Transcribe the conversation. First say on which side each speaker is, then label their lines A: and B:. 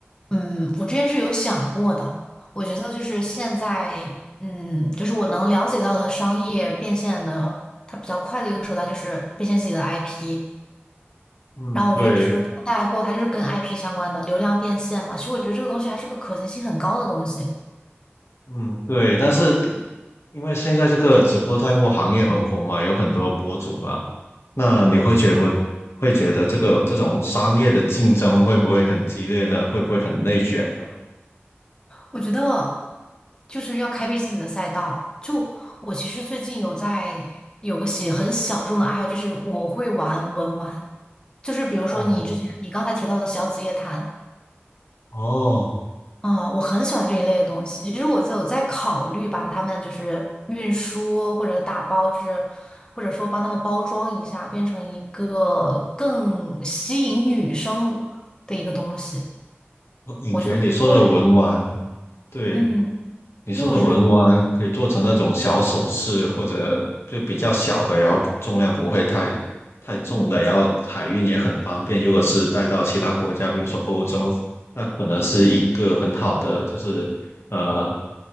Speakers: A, on the left; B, on the left.
A: 嗯，我之前是有想过的。我觉得就是现在，嗯，就是我能了解到的商业变现的，它比较快的一个手段就是变现自己的 IP。
B: 嗯，
A: 然后我觉得直播带货它就是跟
B: 对，
A: IP 相关的流量变现嘛，其实我觉得这个东西还是个可行性很高的东西。
B: 嗯，对，但是因为现在这个直播带货行业很火嘛，有很多博主嘛，那你会觉不会觉得这个这种商业的竞争会不会很激烈呢？会不会很内卷呢？
A: 我觉得就是要开辟自己的赛道。就我其实最近有在有个喜很小众的爱好，就是我会玩文玩，就是比如说你之前你刚才提到的小紫夜谭，
B: 哦哦，
A: 啊，我很喜欢这一类的东西。其实我就有在考虑把它们就是运输或者打包，就是或者说帮他们包装一下，变成一个更吸引女生的一个东西。
B: 我感觉你说的文玩，
A: 我就会，
B: 对，
A: 嗯，
B: 你说的文玩可以做成那种小首饰，
A: 对，我觉得
B: 或者就比较小的，然后重量不会太太重的，然后海运也很方便。如果是带到其他国家，比如说欧洲，那可能是一个很好的，就是呃，